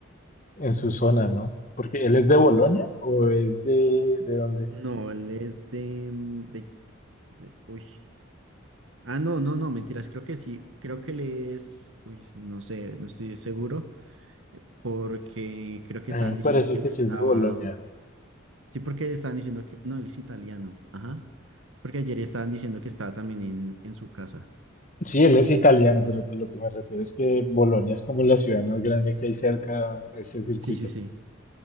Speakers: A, on the left; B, on the right.
A: en su zona, ¿no? Porque él es de Bolonia o es de, de dónde?
B: No, él es de, mm, de, de- uy. Ah, no, no, no, mentiras, creo que sí, creo que le es, uy, no sé, no estoy seguro, eh, porque creo que
A: A
B: estaban
A: mí me
B: diciendo
A: parece
B: que
A: que
B: él estaba,
A: sí es de Bolonia.
B: sí, porque estaban diciendo que, no, él es italiano, ajá, porque ayer estaban diciendo que estaba también en, en su casa.
A: Sí, él es italiano, pero pues lo que me refiero es que Bolonia es como la ciudad más grande que hay cerca a ese circuito.
B: Sí, sí, sí,